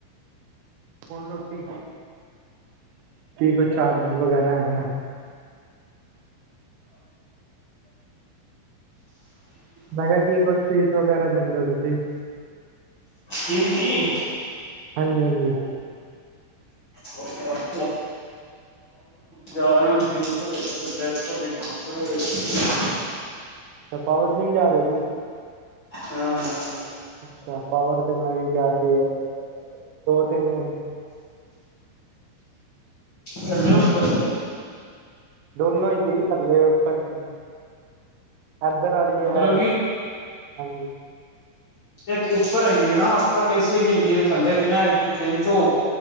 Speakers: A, on the right (about 80°); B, on the left (about 30°).
A: ਹੁਣ ਰੋਟੀ ਕੀ ਕੁਛ ਚਾਰਜਿਸ ਵਗੈਰਾ ਹੈਗਾ। ਮੈਂ ਕਿਹਾ ਕੀ ਕੁੱਛ ਫੀਸ ਵਗੈਰਾ ਦਿੰਦੇ ਓ। ਤੁਸੀਂ
B: ਜਿੰਮ ਦੀ
A: ਹਾਜੀ ਹਾਜੀ
B: <unintelligible> ਪਵਾਰ ਜਿਆਦਾ ਹੋਵੇ ਤਿੰਨ ਸੌ ਰੁਪਏ ਉੱਪਰ ਪੰਜ ਸੌ ਰੁਪਏ
A: ਅੱਛਾ ਪਾਵਰ ਜਿਮ ਜਾ ਰਹੀ ਓ ਜੀ।
B: ਹਾਂ- ਹਾਂ
A: ਅੱਛਾ ਪਾਵਰ ਤੇ ਮੈ ਵੀ ਗਿਆ ਸੀ <unintelligible> ਦੋ-ਤਿੰਨ ਦਿਨ
B: ਥੱਲੇ ਉਪਰ
A: ਦੋਨੋ ਹੀ ਸੀ ਥੱਲੇ ਉੱਪਰ <inaudible> ਇਧਰ ਆਲੀ
B: ਮਤਲਬ
A: ਆ
B: ਕਿ
A: ਹਾਂਜੀ।
B: ਇੱਕ ਉੱਪਰ ਹੈਗੀ ਏ ਨਾ ਉੱਪਰ ਏ ਸੀ ਆਲੀ ਹੈਗੀ ਏ ਥੱਲੇ ਬਿਨਾਂ ਏ ਸੀ ਤੇ ਤਿੰਨ ਸੌ